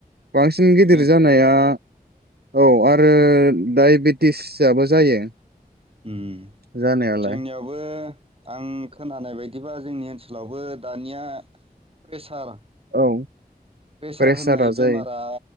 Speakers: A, on the right; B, on the right.
A: बांसिन
B: उम
A: गिदिर
B: जों
A: जानाया औ आरो डायबेटिस दाबो जायो
B: उम
A: जानायालाय
B: जोंनियावबो आं खोनानाय बायदिबा जोंनि ओनसोलावबो दानिया प्रेसार
A: औ
B: प्रेसार
A: प्रेसारा
B: होननाय बेमारा
A: जायो